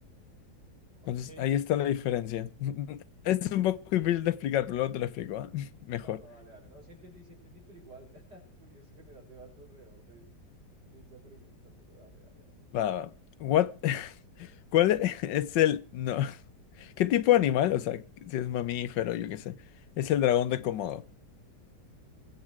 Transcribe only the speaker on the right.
Ok,
no, no, dale, dale, no, sí entendí, sí entendí, pero igual, <laughs> curioso generar debate alrededor de, de esa pregunta, pero dale, dale, dale.